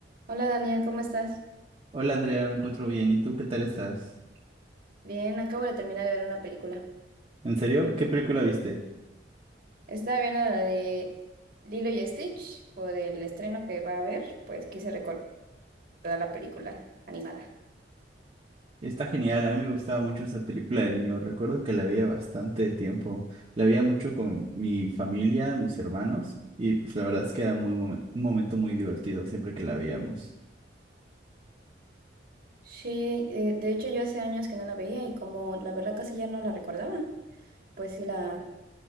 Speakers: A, on the right; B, on the right.
A: Hola Daniel, ¿cómo estás?
B: Hola Andrea, me encuentro bien. ¿Y tú qué tal estás?
A: Bien, acabo de terminar de ver una película.
B: ¿En serio? ¿Qué película viste?
A: Estaba viendo la de Lilo y Stitch por el estreno que va a haber, pues quise recordar la película animada.
B: Está genial, a mí me gustaba mucho esa película de niño. Recuerdo que la veía bastante de tiempo. La veía mucho con mi familia, mis hermanos, y pues la verdad es que era muy momen- un momento muy divertido siempre que la veíamos.
A: Sí, eh, de hecho yo hace años que no la veía y como la verdad casi ya no la recordaba, pues sí la,